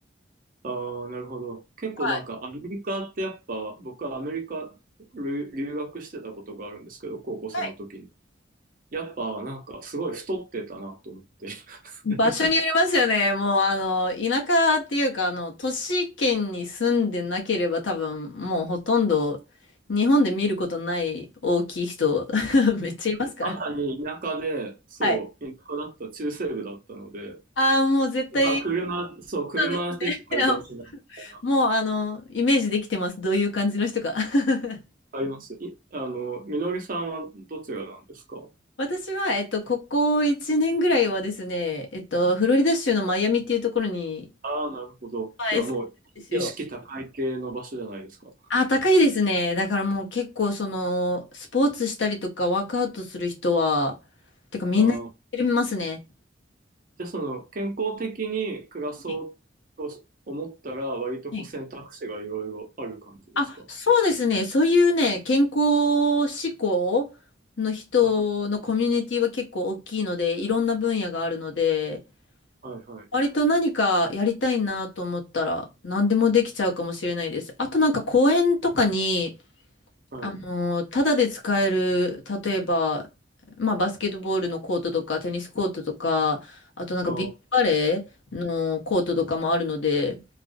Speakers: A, on the right; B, on the left.
A: ああ、なるほど。結構なんかアメリカってやっぱ、
B: はい。
A: 僕はアメリカ留留学してたことがあるんですけど、高校生の時に。
B: はい
A: やっぱなんかすごい太ってたなと思って。
B: 場所によりますよね。
A: <laughs>
B: もう、あの、田舎っていうか、あの、都市圏に住んでなければ多分、もうほとんど日本で見ることない大きい人、<laughs> めっちゃいますから。
A: まさに田舎で、そう、
B: はい。
A: 田舎だった、中西部だったので、
B: ああ、もう絶対、
A: まあ車、そう、車でしか移動しないみたいな。
B: そうですね。<laughs> もう、あの、イメージできてます。どういう感じの人か。<laughs>
A: あります。い、あの、みのりさんはどちらなんですか
B: 私は、えっと、ここ1年ぐらいはですね、えっと、フロリダ州のマイアミっていうところに、
A: ああー、なるほど。
B: まあ住んでるんですよ。
A: じゃあもう意識高い系の場所じゃないですか。
B: あ、高いですね。だからもう結構その、スポーツしたりとかワークアウトする人は、てかみんなやってますね。
A: ああ。じゃあその健康的に暮らそうと思ったら割とこう選択肢がいろいろある感じですか
B: はいはいあ、そうですね。そういうね、健康志向の人のコミュニティは結構大きいので、
A: あ
B: いろんな分野があるので、
A: はいはい
B: 割と何かやりたいなと思ったら、何でもできちゃうかもしれないです。あとなんか公園とかに、
A: はい。
B: あの、ただで使える、例えば、まあ、バスケットボールのコートとか、テニスコートとか、あとなんかビーチバレーのコートとかもあるので、
A: あー、